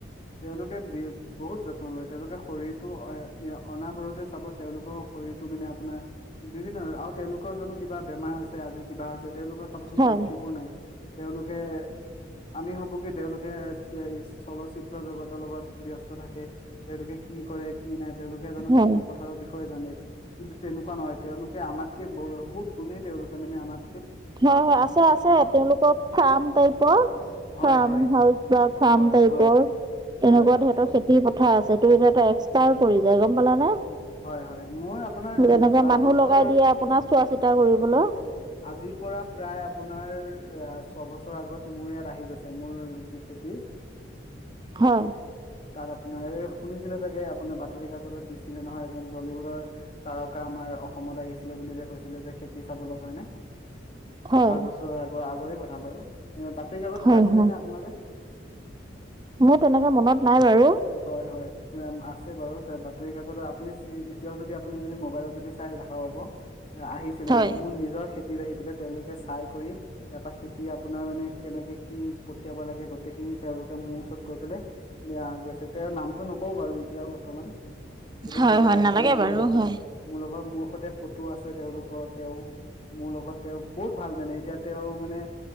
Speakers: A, on the left; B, on the right.
A: তেওঁলোকে বি বহুত যত্ন লয় তেওঁলোকে শৰীৰটো এ অনাবৰতে চাবত, তেওঁলোকৰ শৰীৰটো মানে আপোনাৰ। বিভিন্ন আৰু তেওঁলোকৰ জানো কিবা বেমাৰ হৈছে আজি কিবা হৈছে তেওঁলোকৰ চাবচোন
B: হয়
A: সেই সেইবোৰ নাই। তেওঁলোকে আমি ভাবো কি তেওঁলোকে চলচিত্ৰ জগতৰ লগত ব্যস্ত থাকে তেওঁলোকে কি কৰে। কি নাই তেওঁলোকে জানো
B: হয়
A: খেতি পথাৰৰ বিষয়ে জানে। কিন্তু তেনেকুৱা নহয় তেওঁলোকে আমাতকে বহুত গুণেই তেওঁলোকে মানে আমাৰ।
B: হয় হয় আছে আছে তেওঁলোকৰ ফাৰ্ম টাইপৰ।
A: হয়
B: ফাৰ্ম
A: হয়
B: হাউচ বা ফাৰ্ম
A: হয়
B: টাইপৰ।
A: হয়
B: এনেকুৱা
A: হয়
B: ধিহঁতৰ খেতি পথাৰ আছে ত এতিয়াটা এক্সট্ৰা পৰি যায় গম পালানে।
A: হয় হয় মোৰ আপোনাৰ
B: তেনেকে
A: যোৱা
B: মানুহ
A: বছৰ
B: লগাই দিয়ে আপোনাৰ চোৱা চিতা কৰিবলৈ।
A: আজিৰ পৰা প্ৰায় আপোনাৰ ছবছৰ আগত মোৰ ইয়াত আহি গৈছে মোৰ যি খেতি। <inaudible>
B: হয়।
A: তাত আপোনাৰ এই শুনিছিলে চাগে আপোনাৰ বাতৰি কাকত দিছিলে নহয় এজন বলীউডৰ। তাৰকা আমাৰ অসমত আহিছিলে বুলি যে কৈছিলে যে খেতি চাবলৈ কাৰণে।
B: হয়,
A: পাঁচ বছৰৰ আগৰ আগৰে কথা বাৰো এ বাতৰি কাকত
B: হয়,
A: পাইছিলে
B: হয়,
A: নে আপোনালোকে।
B: মোৰ তেনেকে মনত নাই বাৰু
A: হয় হয় আছে বাৰু বাতৰি কাকত আপুনি এতিয়াও যদি আপুনি যদি মোবাইলত যদি। চাই দেখা পাব আহিছিলে
B: হয়,
A: মানে মোৰ নিজৰ খেতিত আহি পেলাই তেওঁলোকে চাই কৰি। তাৰপা খেতি আপোনাৰ মানে কেনেকে কি পঠিয়াব লাগে, গোটেইখিনি তেওঁলোকে মোৰ ওচৰত কৈ পেলাই <unintelligible> বেয়া গৈছে তেওঁৰ নামটো নকওঁ বাৰু এতিয়া বৰ্তমান। <unintelligible> কিন্তু
B: হয়,
A: তেওঁ
B: হয়,
A: আহি
B: নালাগে
A: পেলাই
B: বাৰু
A: মোৰ লগত,
B: হয়,
A: মোৰ লগত মোৰ সৈতে ফটো আছে তেওঁলোকৰ তেওঁ। <unintelligible> মোৰ লগত তেওঁ বহুত ভাল মানে। এতিয়া তেওঁ মানে